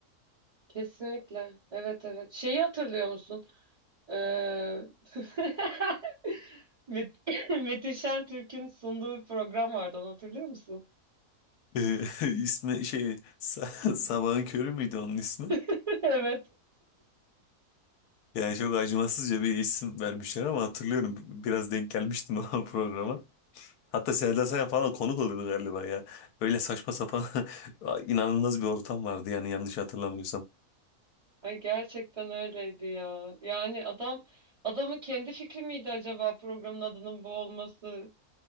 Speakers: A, on the right; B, on the left.
A: Kesinlikle. Evet evet. Şeyi hatırlıyor musun? Ee, <laughs> Met <laughs> Metin Şentürk'ün sunduğu bir program vardı, onu hatırlıyor musun?
B: Ee, <laughs> ismi şey Sa- <laughs> Sabahın Körü müydü onun ismi?
A: <laughs> Evet.
B: Yani çok acımasızca bir isim vermişler ama hatırlıyorum biraz denk gelmiştim <laughs> o programa. Hatta Selda Sayan falan konuk oluyordu galiba ya. Öyle saçma sapan <laughs> inanılmaz bir ortam vardı yani yanlış hatırlamıyorsam.
A: Ay gerçekten öyleydi ya. Yani adam adamın kendi fikri miydi acaba programın adının bu olması?